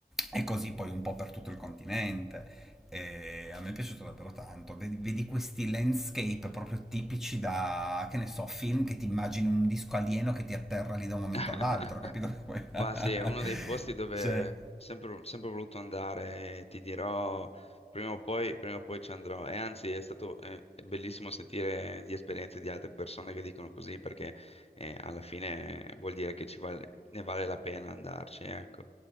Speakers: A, in the centre; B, on the left.
A: e così poi un po' per tutto il continente. E a me è piaciuto davvero tanto. Vedi, vedi questi landscape proprio tipici da, che ne so, film che ti immagini un disco alieno che ti atterra lì da un momento
B: <laughs>
A: all'altro, capito? <laughs>
B: Ma sì, è uno dei posti dove
A: Cioè,
B: ho sempre, sempre voluto andare, e ti dirò, prima o poi, prima o poi ci andrò. E anzi, è stato eh, è bellissimo sentire di esperienze di altre persone che dicono così, perché eh, alla fine vuol dire che ci vale- ne vale la pena andarci, ecco.